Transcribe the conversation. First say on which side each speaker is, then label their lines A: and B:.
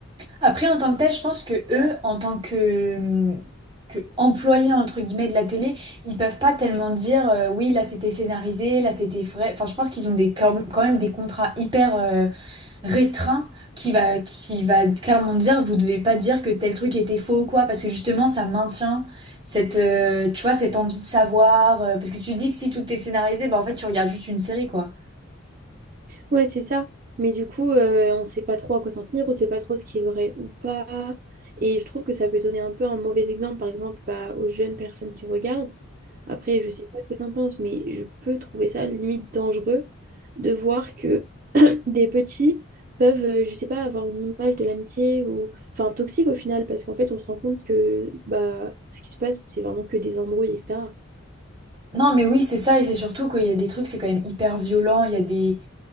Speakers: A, on the right; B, on the right.
A: Après, en tant que tel, je pense que eux, en tant que, que employés entre guillemets de la télé, ils peuvent pas tellement dire euh, oui, là c'était scénarisé, là c'était vrai. Enfin, je pense qu'ils ont des, quand quand même des contrats hyper euh, restreints qui va, qui va clairement dire vous devez pas dire que tel truc était faux ou quoi, parce que justement ça maintient cette, euh, tu vois, cette envie de savoir. euh, parce que tu dis que si tout est scénarisé, bah en fait tu regardes juste une série quoi.
B: Ouais, c'est ça. Mais du coup, euh, on ne sait pas trop à quoi s'en tenir, on ne sait pas trop ce qui est vrai ou pas. Et je trouve que ça peut donner un peu un mauvais exemple, par exemple, bah, aux jeunes personnes qui regardent. Après, je sais pas ce que t'en penses, mais je peux trouver ça limite dangereux de voir que <clears throat> des petits peuvent, euh, je sais pas, avoir une image de l'amitié ou, enfin, toxique au final, parce qu'en fait, on se rend compte que bah, ce qui se passe, c'est vraiment que des embrouilles, etc.
A: Non, mais oui, c'est ça, et c'est surtout qu'il y a des trucs, c'est quand même hyper violent, il y a des...